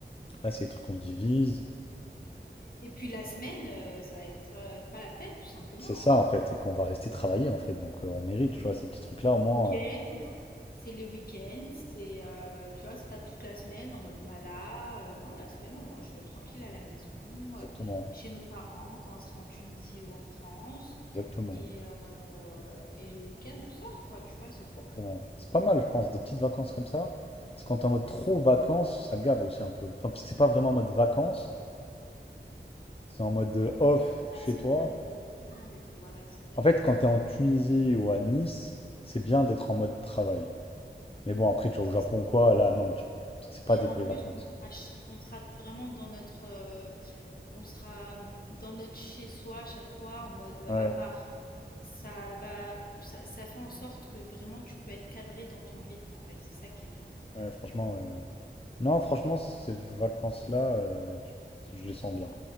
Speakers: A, on the left (about 30°); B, on the left (about 50°).
A: Là, c'est des trucs qu'on divise.
B: Et puis la semaine, euh, ça va être euh, c'est pas la fête, tout simplement.
A: C'est
B: hein.
A: ça, en fait, et qu'on va rester travailler, en fait. Donc, euh, on mérite, tu vois, ces petits trucs-là, au
B: Week-end,
A: moins. euh,
B: c'est les week-ends, c'est, euh, tu vois, c'est pas toute la semaine en mode mala. euh, non, la semaine, on mange tranquille à la maison,
A: Exactement,
B: euh, chez nos parents, quand on sera en Tunisie ou en France.
A: exactement.
B: Et, euh, et le week-end, on sort, quoi, tu vois, c'est tout.
A: Exactement. C'est pas mal, je pense, des petites vacances comme ça. Parce que quand t'es en mode trop vacances, ça gave aussi un peu. Enfin, parce que c'est pas vraiment en mode vacances, c'est en mode euh, off
B: Ça,
A: chez
B: c'est
A: toi.
B: bien les deux. C'est bien les deux, voilà, c'est bien
A: En fait,
B: les deux.
A: quand t'es en Tunisie ou à Nice, c'est bien d'être en mode travail. Mais bon, après, tu vas
B: C'est
A: au Japon
B: ça.
A: ou quoi, là, non, tu vois. Parce que c'est pas
B: Et
A: des
B: en
A: vraies
B: plus
A: vacances.
B: qu'on sera, ch- on sera vraiment dans notre, euh, on sera hum, dans notre chez-soi à chaque fois en mode euh,
A: Ouais,
B: à part. Ça va, ça, ça fait en sorte que vraiment tu peux être cadré dans ton rythme en fait. C'est ça qui est bien.
A: ouais, franchement, ouais, ouais. Non, franchement, ces vacances-là, euh, je je les sens bien.